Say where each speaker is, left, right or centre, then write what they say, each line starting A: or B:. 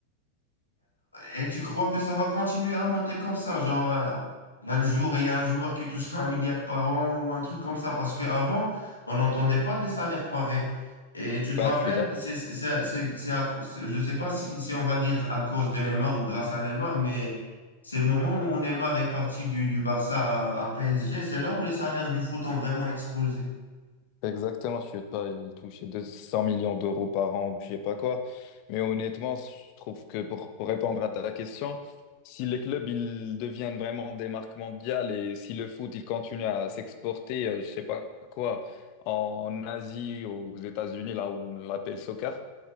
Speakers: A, on the left; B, on the left.
A: Et tu crois que ça va continuer à monter comme ça? Genre, euh, un jour, il y a un joueur qui touchera un milliard par an ou un truc comme ça. Parce qu'avant, on n'entendait pas des salaires pareils. Et tu
B: Bah,
A: te rappelles,
B: je suis d'accord.
A: c'est, c'est, c'est, c'est- c'est à cause- je ne sais pas si, si on va dire à cause de Neymar ou grâce à Neymar, mais c'est le moment où Neymar est parti du, du Barça à, à PSG. C'est là où les salaires du foot ont vraiment explosé.
B: Exactement, je ne vais pas il toucher 200 millions d'euros par an, ou je sais pas quoi. Mais honnêtement, je trouve que pour, pour répondre à ta question, si les clubs ils deviennent vraiment des marques mondiales et si le foot il continue à s'exporter, euh, je sais pas quoi, en Asie, aux États-Unis, là où on l'appelle soccer,